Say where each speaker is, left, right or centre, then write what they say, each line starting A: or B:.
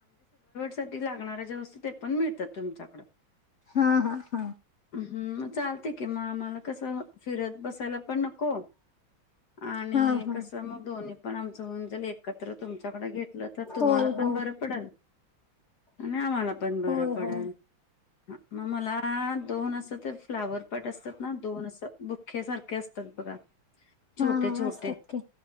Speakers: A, on the left; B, on the left.
A: त्यासाठी लागणारे जे वस्तू ते पण मिळतातं तुमच्याकड.
B: हा हा
A: हम्म मग चालते की मग आम्हांला कसं फिरतं बसायला पण नको आणि
B: हा हा
A: कसं मग दोन्ही पण आमचं होऊन जाईल. एकत्र तुमच्याकडे घेतलं तर तुम्हांला
B: होय
A: पण
B: होय
A: बरं पडलं आणि आम्हांला पण बरं
B: होय
A: पडलं.
B: होय
A: ह मगं मला दोन असं ते फ्लोवर पोट असतात ना दोन असं बुख्या सारखे असतात बघा.
B: हा
A: छोटे
B: हा
A: छोटे
B: असतात की.